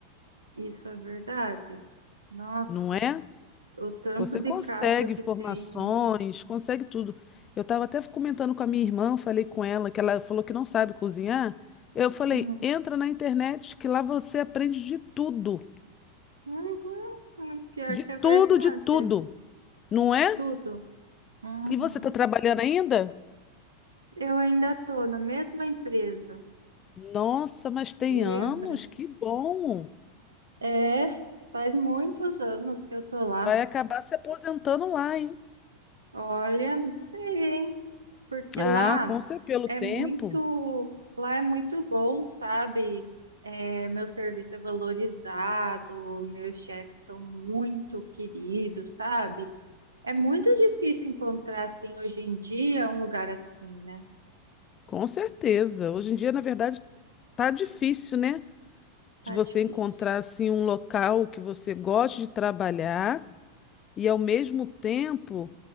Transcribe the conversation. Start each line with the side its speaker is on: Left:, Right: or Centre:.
Right: isso é verdade. Nossa,
Left: não é?
Right: o tanto
Left: Você
Right: de
Left: consegue
Right: caso que
Left: informações,
Right: tem, né?
Left: consegue tudo. Eu estava até comentando com a minha irmã, falei com ela que ela falou que não sabe cozinhar. Eu falei,
Right: Hum.
Left: entra na internet que lá você aprende de tudo,
Right: Uhum. Pior
Left: de
Right: que é verdade.
Left: tudo, de tudo, não é?
Right: Tudo. Uhum.
Left: E você está trabalhando ainda?
Right: Eu ainda tô na mesma empresa,
Left: Nossa, mas tem
Right: lembra?
Left: anos, que bom.
Right: É, faz muitos anos que eu tô lá.
Left: Vai acabar se aposentando lá, hein?
Right: Olha, não sei, hein? Porque
Left: Ah,
Right: lá
Left: com certeza, pelo
Right: é
Left: tempo,
Right: muito, lá é muito bom, sabe? É, meu serviço é valorizado, meus chefes são muito queridos, sabe? É muito difícil encontrar assim hoje em dia um lugar assim, né?
Left: com certeza. Hoje em dia, na verdade, tá difícil, né?
Right: Tá
Left: de você
Right: difícil.
Left: encontrar assim um local que você goste de trabalhar e ao mesmo tempo